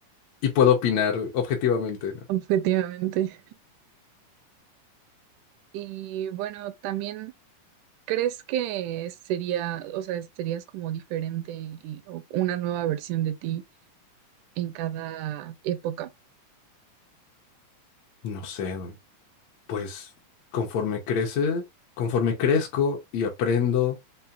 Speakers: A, on the left (about 70°); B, on the right (about 80°).
A: y puedo opinar objetivamente, ¿no?
B: Objetivamente. Y bueno, también, ¿crees que sería, o sea, serías como diferente eh, o una nueva versión de ti en cada época?
A: No sé, pues conforme crece, conforme crezco y aprendo